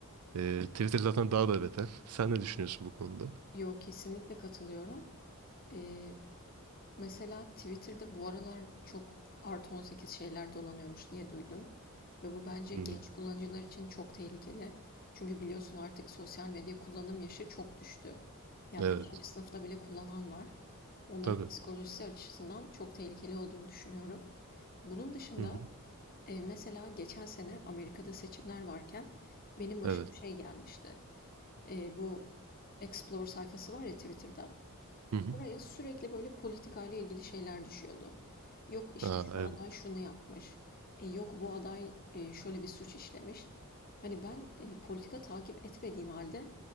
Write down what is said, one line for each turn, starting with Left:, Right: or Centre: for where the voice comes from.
Right: Ee, Twitter zaten daha da beter. Sen ne düşünüyorsun bu konuda?
Left: Yok kesinlikle katılıyorum. Ee, Mesela Twitter'da bu aralar çok artı 18 şeyler dolanıyormuş diye duydum. Ve bu bence
Right: Hı
Left: genç
Right: hı.
Left: kullanıcılar için çok tehlikeli. Çünkü biliyorsun artık sosyal medya kullanım yaşı çok düştü. Yani
Right: Evet.
Left: beşinci sınıfta bile kullanan var. Onların
Right: Tabii.
Left: psikolojisi açısından çok tehlikeli olduğunu düşünüyorum. Bunun dışında
Right: Hı hı.
Left: e, mesela geçen sene Amerika'da seçimler varken benim başıma
Right: Evet.
Left: şey gelmişti. E, bu Explore sayfası var ya Twitter'da.
Right: Hı hı.
Left: Oraya sürekli böyle politikayla ilgili şeyler düşüyordu. Yok işte
Right: Aa,
Left: şu
Right: evet.
Left: aday şunu yapmış. E, yok bu aday e, şöyle bir suç işlemiş. Hani ben e, politika takip etmediğim halde